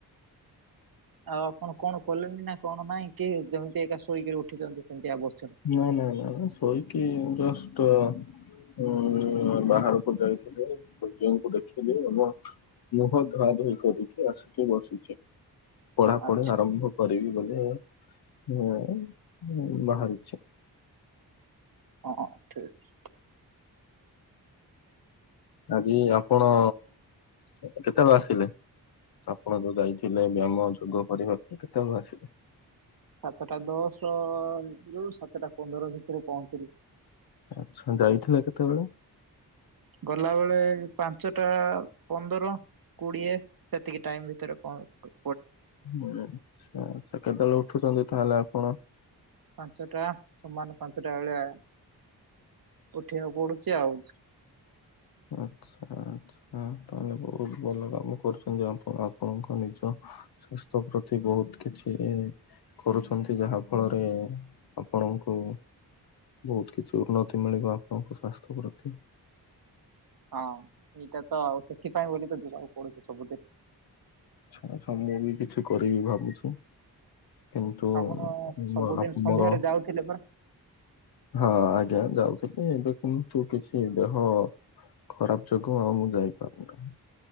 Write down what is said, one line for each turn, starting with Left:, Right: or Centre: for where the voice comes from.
Right: ଆଉ ଆପଣ କଣ କଲେଣି ନା କଣ ନାଇଁ କି ଯେମିତି ଏକା ଶୋଇକିରି ଉଠିଛନ୍ତି ସେମିତି ଅବସ୍
Left: ନା ନା ନା ନା ସୋଇକି ଜଷ୍ଟ୍ ହଁ ବାହାରକୁ ଯାଇଥିଲି ସୂର୍ଯ୍ୟ ଙ୍କୁ ଦେଖିଲି ଅନ୍ୟ ମୁହଁ ଧୁଆ ଧୋଇ କରିକି ଆସିକି ବସିଛି। ପଢା
Right: ଆଚ୍ଛା
Left: ପଢି ଆରମ୍ଭ କରିବି ବୋଲି ଏ ମୁ ବାହାରୁ ଛି।
Right: ହଁ ଠିକ୍।
Left: ଆଜି ଆପଣ କେତେବେଳେ ଆସିଲେ? ଆପଣ ଯୋଉ ଯାଇଥିଲେ ବ୍ୟାୟାମ ଯୋଗ କରିବାକୁ କେତେବେଳେ ଆସିଲେ?
Right: ସାତଟା ଦଶରୁ ସାତଟା ପନ୍ଦର ଭିତରେ ପହଞ୍ଚିଲି।
Left: ଆଚ୍ଛା ଯାଇଥିଲେ କେତେବେଳେ?
Right: ଗଲାବେଳେ ପାଞ୍ଚେଟା ପନ୍ଦର କୋଡିଏ ସେତିକି ଟାଇମ୍ ଭିତେରେ କଣ କ
Left: ହୁଁ ଆଛା ଆଛା କେତେବେଳେ ଉଠୁଛନ୍ତି ତାହେଲେ ଆପଣ?
Right: ପାଞ୍ଚଟା ସମାନେ ପାଞ୍ଚେଟା ବେଳେ ଆ ଉଠିବାକୁ ପଡୁଛି ଆଉ।
Left: ଆଛା ଆଛା ତାହେଲେ ବହୁତ ଭଲ କାମ କରୁଛନ୍ତି ଆପଣ ଆପଣଙ୍କ ନିଜ ସ୍ୱାସ୍ଥ୍ୟ ପ୍ରତି ବହୁତ କିଛି କରୁଛନ୍ତି ଯାହା ଫଳରେ ଆପଣଙ୍କୁ ବହୁତ କିଛି ଉନ୍ନତି ମିଳିବ ଆପଣଙ୍କ ସ୍ୱାସ୍ଥ୍ୟ ପ୍ରତି।
Right: ହଁ ସେଇଟା ତ ଆଉ ସେଥିପାଇଁ ବୋଲି ତ ଯିବାକୁ ପଡୁଛି ସବୁଦିନ।
Left: ହଁ ସୋ ମୁଁ ବି କିଛି କରିବି ଭାବୁଛି। କିନ୍ତୁ
Right: ଆପଣ ସବୁଦିନ
Left: ମୋର ଆ
Right: ସନ୍ଧ୍ୟାରେ
Left: ମୋର
Right: ଯାଉଥିଲେ ପରା
Left: ହଁ ଆଜ୍ଞା ଯାଉଥିଲି ଏବେ କିନ୍ତୁ କିଛି ଦେହ ଖରାପ ଯୋଗୁଁ ଆଉ ମୁଁ ଯାଇପାରୁ ନାହିଁ।